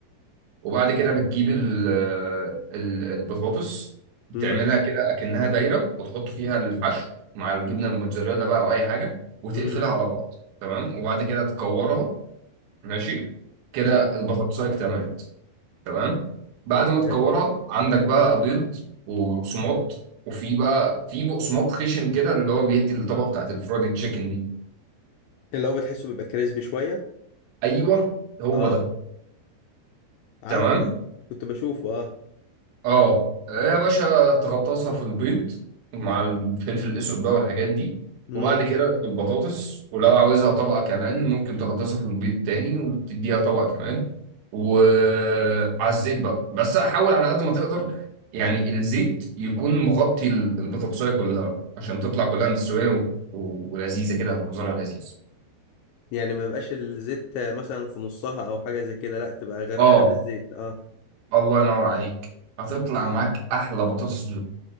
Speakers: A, on the right; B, on the left.
A: وبعد كده بتجيب ال- آه، ال- البطاطس بتعملها
B: امم
A: كده اكنها دايره وتحط فيها الحشو مع الجبنه الموتزاريلا بقى او اي حاجه وتقفلها
B: امم
A: على بعض تمام وبعد كده تكورها ماشي كده
B: حلو
A: البطاطسايه اكتملت تمام بعد ما تكورها
B: حلو
A: عندك بقى بيض وبقسماط وفي بقى في بقسماط خشن كده اللي هو بيدي الطبقه بتاعت الفرايد تشيكن دي
B: اللي هو بتحسه بيبقى كريسبي شوية
A: ايوه هو
B: اه
A: ده
B: عارفه
A: تمام
B: ده كنت بشوفه اه
A: اه ايه يا باشا تغطسها في البيض مع الفلفل الاسود بقى والحاجات دي
B: امم
A: وبعد كده في البطاطس ولو عاوزها طبقه كمان ممكن تغطسها في البيض تاني وتديها طبقه كمان وعلى الزيت بقى بس حاول على قد ما تقدر يعني الزيت يكون مغطي ال- البطاطسايه كلها عشان تطلع كلها مستويه و... و... ولذيذه كده منظرها لذيذ
B: يعني ما يبقاش الزيت آه، مثلا في نصها او حاجة زي كده لا تبقى غرقانة
A: اه
B: في الزيت اه
A: الله ينور عليك هتطلع معاك احلى بطاطس